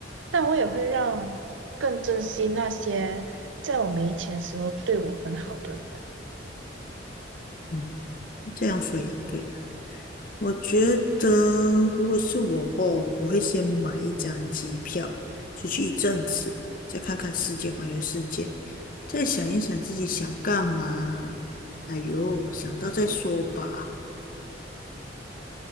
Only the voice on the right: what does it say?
但我也会让更珍惜那些在我没钱时候对我很好的人。